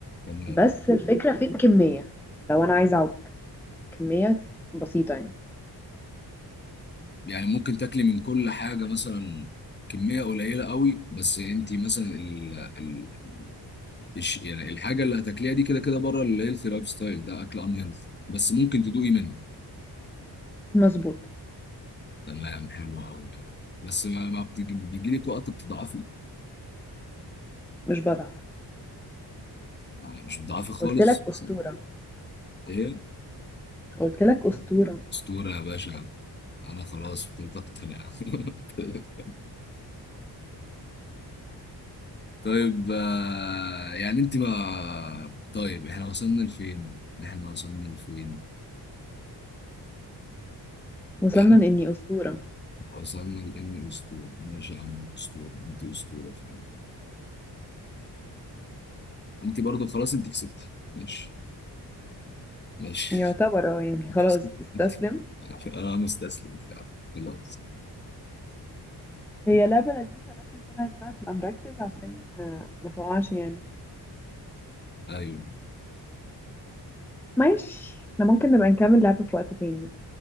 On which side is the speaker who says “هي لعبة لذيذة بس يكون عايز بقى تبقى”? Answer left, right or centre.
Centre